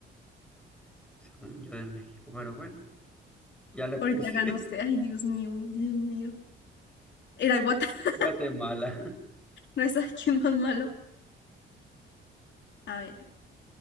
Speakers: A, in the centre; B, on the left (about 65°).
A: Según yo de México, pero bueno, ya le puse
B: Ahorita gana usted. Ay, Dios mío, Dios mío. Era Guatemala.
A: <laughs> Guatemala.
B: <laughs> No es aquí más malo. A ver.